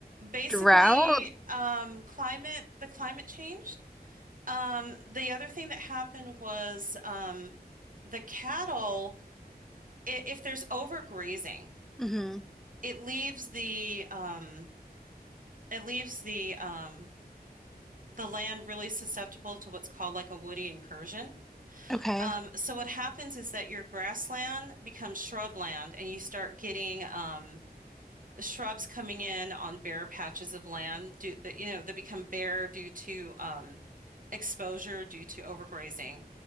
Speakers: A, on the right; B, in the centre.
A: basically,
B: drought?
A: um, climate the climate changed. Um, the other thing that happened was um, the cattle. i- If there's overgrazing,
B: hmm
A: it leaves the um it leaves the um the land really susceptible to what's called like a woody incursion.
B: Okay.
A: Um, so what happens is that your grassland becomes shrubland, and you start getting um, shrubs coming in on bare patches of land due, that you know that become bare due to um, exposure due to overgrazing.